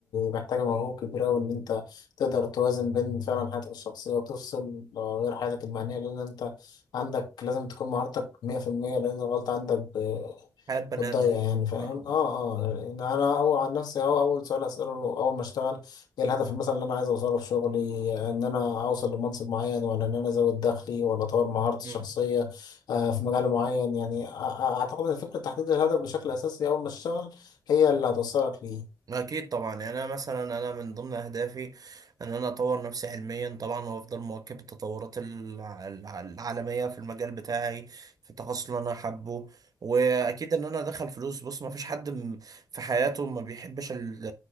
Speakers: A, on the left; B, on the right.
A: محتاجة مجهود كبير اوي ان انت تقدر توازن بين فعلا حياتك الشخصية وتفصل آه، غير حياتك المهنية لان انت عندك لازم تكون مهارتك مية في المية لان الغلطة عندك ب-
B: حياه بني
A: بتضيع
B: ادم
A: يعني فاهم
B: آه.
A: اه اه يعني انا اول عن نفسي اهو اول سؤال اسأله اول ما اشتغل ايه الهدف مثلا اللي انا عايز اوصله في شغلي ان انا اوصل لمنصب معين ولا ان انا ازود دخلي ولا اطور مهارتي
B: مم.
A: الشخصية آه، في مجال معين يعني أ- أ- اعتقد ان فكره تحديد الهدف بشكل اساسي اول ما تشتغل هي اللي هتوصلك ليه
B: أكيد طبعا يعني أنا مثلا أنا من ضمن أهدافي إن أنا أطور نفسي علميا طبعا وأفضل مواكب التطورات الع- الع- العالمية في المجال بتاعي في التخصص اللي أنا حابه وأكيد إن أنا أدخل فلوس بص ما فيش حد م- في حياته ما بيحبش ال-